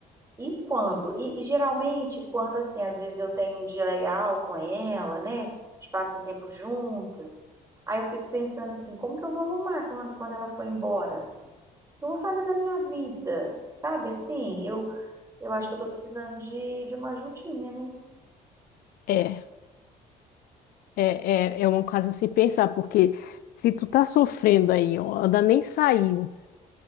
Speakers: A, on the right (about 20°); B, on the left (about 75°).
A: E quando? E, e geralmente, quando assim, às vezes eu tenho um dia legal com ela, né? A gente passa um tempo juntas. Aí eu fico pensando assim, como que eu vou arrumar quando, quando ela for embora? O que Eu vou fazer da minha vida, sabe? Assim, eu, eu acho que eu tô precisando de, de uma ajudinha, né?
B: É, é, é, é um caso a se pensar, porque se tu tá sofrendo aí, ó, ainda nem saiu,